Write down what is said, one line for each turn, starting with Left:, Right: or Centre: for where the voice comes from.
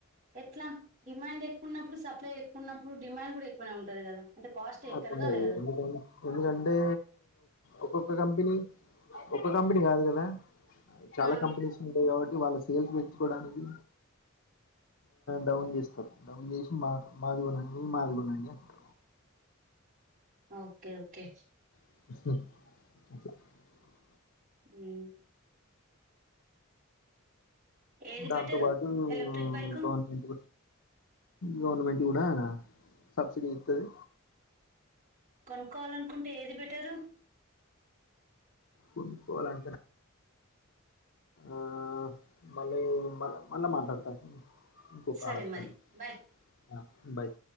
Right: ఎట్లా డిమాండ్ ఎక్కువ ఉన్నప్పుడు సప్లై ఎక్కువ ఉన్నప్పుడు డిమాండ్ కూడా ఎక్కువనే ఉంటది కదా అంటే కాస్ట్
Left: అట్లుండదు
Right: పెరగాలి కదా
Left: ఎందుకంటే ఒక్కొక్క కంపెనీ ఒక్క కంపెనీ కాదు కదా చాలా
Right: ఆ
Left: కంపెనీస్ ఉంటాయి కాబట్టి వాళ్ళ సేల్స్ పెంచుకోవడానికి డౌన్ చేస్తాం డౌన్ చేసి మాది కొనండి మాది కొనండి అంటాం
Right: ఓకే ఓకే
Left: <inaudible>
Right: మ్మ్ ఏది
Left: దాంతోపాటు
Right: బెటరు ఎలక్ట్రిక్ బైకు
Left: గవర్నమెంట్ గవర్నమెంట్ కూడా సబ్సిడీ ఇస్తది
Right: కొనుక్కోవాలనుకుంటే ఏది బెటరు
Left: కొనుక్కోవాలంటే ఆఆ మళ్లీ మల్ల మాట్లాడతా ఇంకో
Right: సరే
Left: కాల్ వస్తంది
Right: మరి బాయ్
Left: ఆ బాయ్